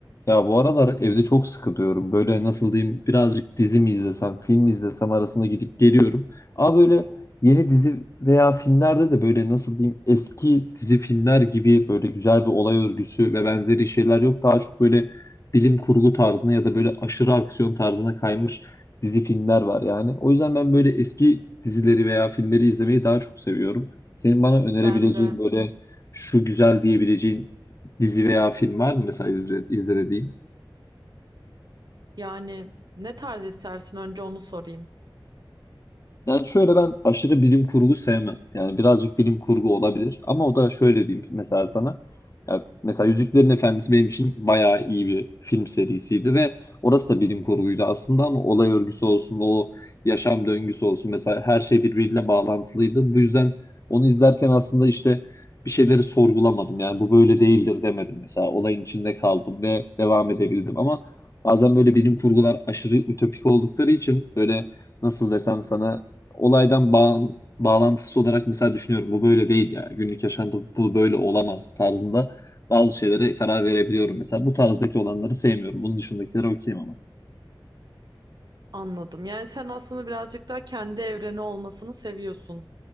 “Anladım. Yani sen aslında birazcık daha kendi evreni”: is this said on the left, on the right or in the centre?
Right